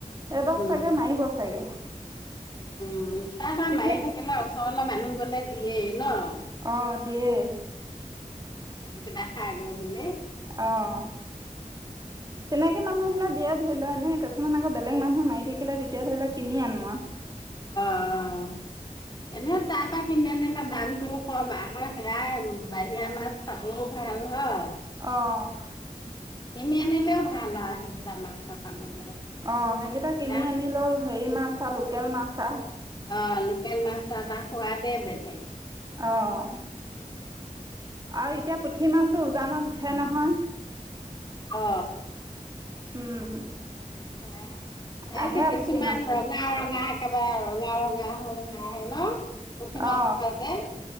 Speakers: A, on the right (about 25°); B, on the left (about 30°).
A: এবাৰ
B: উম
A: চাগে মাৰিব চাগে,
B: উম তাৰপৰা
A: তেতিয়া,
B: মাৰি থাকিলে ওচৰলে মানুহ গলে দিয়েই ন, '
A: অহ ', দিয়ে।
B: এইকেইটা খাই দিব বোলে।
A: অহ ', তেনেকে মানুহ হলে দিয়ে ধৰি লোৱা এনে, কিছুমান আকৌ বেলেগ মানুহে মাৰি থাকিলে, তেতিয়া ধৰি লক কিনি আনোৱা,
B: অ ',- অ', এনে তাৰপা, কিনি আনিলে দামটোও কম, আকৌ সেয়াই বাহিৰা মাছ খাবও ভাল হয়।
A: অহ ',
B: কিনি আনিলেও ভাল আৰু সেইকেইটা মাং চা খাবলৈ।
A: অ সেইকেইটা
B: সেয়া
A: কিনি আনিলেই হেৰি মাছ আৰু লোকেল মাছ আৰু।
B: অ লোকেল মাছৰ হোৱাদে বেলেগ।
A: আহ আৰু এতিয়া পুঠি পুঠি মাছটো উজানত উঠে নহয়।
B: অ।
A: উম।
B: হা এই
A: আহে
B: যে কিছুমান
A: পুঠি মাছটো
B: ৰঙা ৰঙা একেবাৰে ৰঙা ৰঙা হৈ আহে ন পুঠি মাছ
A: অ
B: চোপাতে